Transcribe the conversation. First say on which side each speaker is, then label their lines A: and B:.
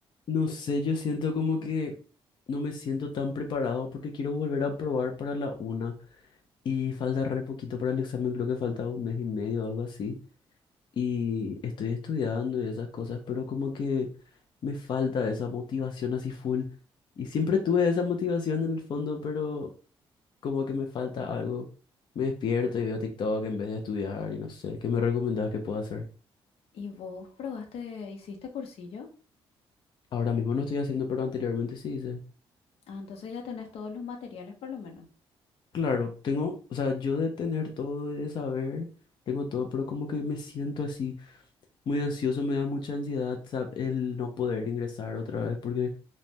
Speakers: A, on the left; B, on the left.
A: No sé, yo siento como que no me siento tan preparado porque quiero volver a probar para la una y falta re poquito para el examen, creo que falta un mes y medio o algo así. Y estoy estudiando y esas cosas, pero como que me falta esa motivación así full. Y siempre tuve esa motivación en el fondo, pero como que me falta algo. Me despierto y veo TikTok en vez de estudiar y no sé, ¿qué me recomendás que pueda hacer?
B: ¿Y vos probaste, hiciste cursillo?
A: Ahora mismo no estoy haciendo, pero anteriormente sí hice.
B: Ah, entonces ya tenés todos los materiales por lo menos.
A: Claro, tengo, o sea, yo de tener todo y de saber, tengo todo, pero como que me siento así muy ansioso, me da mucha ansiedad, sab- el no poder ingresar otra vez, porque